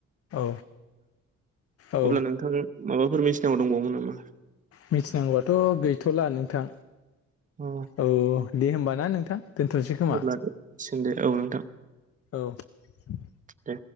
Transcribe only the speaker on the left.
औ औ
मिथिनांगौबाथ' गैथ'ला नोंथां
औ दे होमबाना नोंथां । दोनथ'नोसै खोमा
औ ।